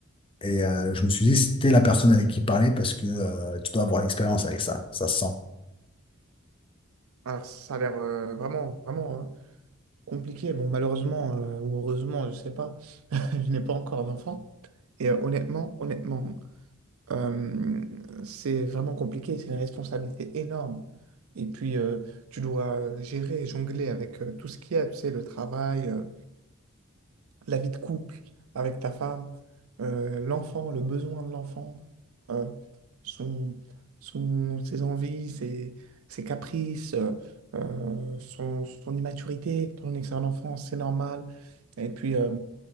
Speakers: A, on the left (about 25°); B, on the right (about 75°).
A: Et euh, je me suis dit, c'était la personne avec qui parler parce que euh, tu dois avoir l'expérience avec ça, ça se sent.
B: Alors, ça a l'air euh, vraiment, vraiment hein, compliqué. Bon, malheureusement euh, ou heureusement, je sais pas, <laughs> je n'ai pas encore d'enfant. Et euh, honnêtement, honnêtement, euh, c'est vraiment compliqué. C'est une responsabilité énorme. Et puis, euh, tu dois euh, gérer, jongler avec euh, tout ce qu'il y a, tu sais, le travail. euh, la vie de couple avec ta femme, euh, l'enfant, le besoin de l'enfant, euh, son, son- ses envies, ses, ses caprices, euh, euh, son, son immaturité, ton excellente enfance, c'est normal. Et puis, euh,